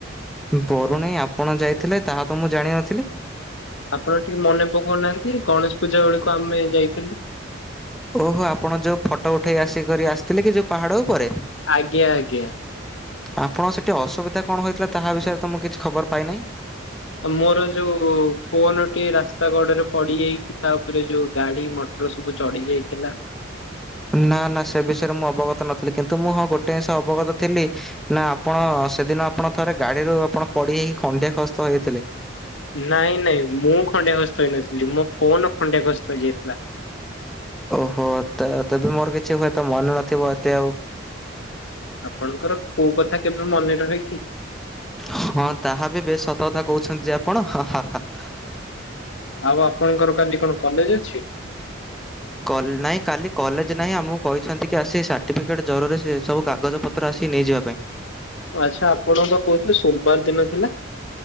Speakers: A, in the centre; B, on the left.
A: ବରୁଣେଇ ଆପଣ ଯାଇଥିଲେ ତାହା ତ ମୁଁ ଜାଣିନଥିଲି।
B: ଆପଣ ଟିକେ ମନେ ପକାଉନାହାନ୍ତି ଗଣେଶ ପୂଜା ବେଳକୁ ଆମେ ଯାଇଥିଲୁ।
A: ଓହୋ ଆପଣ ଯୋଉ ଫଟୋ ଉଠେଇ ଆସ କରି ଆସିଥିଲେ କି ଯୋଉ ପାହାଡ ଉପରେ।
B: ଆଜ୍ଞା ଆଜ୍ଞା।
A: ଆପଣଙ୍କ ସେଇଠି ଅସୁବିଧା କଣ ହୋଇଥିଲା ତାହା ବିଷୟରେ ତ ମୁଁ କିଛି ଖବର ପାଇନାହିଁ।
B: ମୋର ଯୋଉ ଫୋନଟି ରାସ୍ତା ଗଡରେ ପଡିଯାଇଛି ତା ଉପରେ ଯୋଉ ଗାଡି ମଟ। ର ସବୁ ଚଢି ଯାଇଥିଲା।
A: ନା ନା ସେ ବିଷୟରେ ମୁଁ ଅବଗତ ନଥିଲି କିନ୍ତୁ ମୁଁ ହଁ ଗୋଟିଏ ଜିନିଷ ଅବଗତ ଥିଲି। ନା ଆପଣ ସେଦିନ ଆପଣ ଥରେ ଗାଡିରୁ ଆପଣ ପଡି ହେଇକି ଖଣ୍ଡିଆ ଖସ୍ତ ହେଇଥିଲେ।
B: ନାଇଁ ନାଇଁ ମୁଁ ଖଣ୍ଡିଆ କସ୍ତ ହେଇନଥିଲି ମୋ ପୋନ ଖଣ୍ଡେ ଗସ୍ତ ହେଯାଇଥିଲା।
A: ଓହୋ ତ ତେବେ ମୋର କିଛି ହୁଏତ ମନେ ନଥିବ ଏତେ ଆଉ।
B: ଆପଣଙ୍କର କୋଉ କଥା କେବେ ମନେ ରହେ କି।
A: ହଁ ତାହା ବି ବେଶ ସତ କଥା କହୁଛନ୍ତି ଯେ ଆପଣ। ହଁ ହଁ ହା ହା
B: ହଁ ଆଉ ଆପଣଙ୍କର କାଲି କଣ କଲେଜ ଅଛି।
A: କଲ ନାଇଁ କାଲି କଲେଜ ନାହିଁ ଆମକୁ କହିଛନ୍ତି କି ଆସି ସାର୍ଟିଫିକେଟ ଜରୁରୀ ସେ ସବୁ କାଗଜ ପ ତ୍ର ଆସି ନେଇଯିବା ପାଇଁ।
B: ଆଚ୍ଛା ଆପଣ ତ କହୁଥିଲେ ସୋମବାର ଦିନ ଥିଲା।